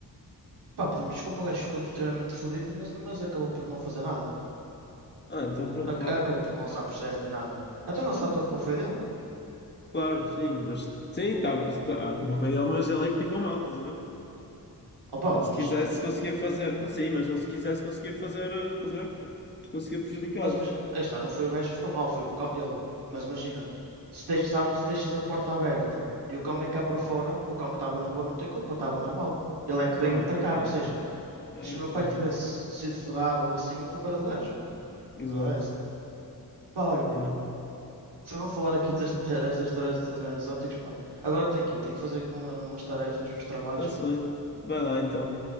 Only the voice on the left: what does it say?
Ah, então pronto,
top.
Claro, sim, mas sim, tá, mas, claro, a culpa foi dele, mas ele é que ficou mal, estás a ver?
Ele
se
quisesse
conseguia fazer, não sei, mas ele se quisesse conseguia fazer, eh, estás a ver? Conseguia prejudicar-vos.
Claro,
yeah,
é,
eu
percebo.
Exato.
Yeah.
Está-se
bem. Vai lá então.